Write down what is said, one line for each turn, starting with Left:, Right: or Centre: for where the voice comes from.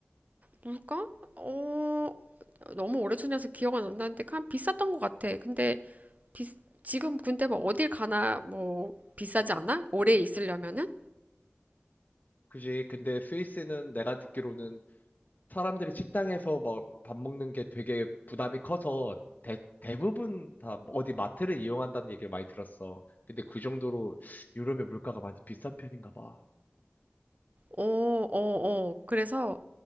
Right: 뭘까? 어, 너무 오래전이라서 기억 안 난다는데 그냥 비쌌던 것 같아. 근데 비, 지금 근데 뭐 어딜 가나 뭐 비싸지 않아? 오래 있으려면은?
Left: 그지? 근데 스위스는 내가 듣기로는 사람들이 식당에서 막 밥 먹는 게 되게 부담이 커서 대, 대부분 다 어디 마트를 이용한다는 얘기를 많이 들었어. 근데 그 정도로 유럽의 물가가 많이 비싼 편인가 봐.
Right: 어, 어, 어. 그래서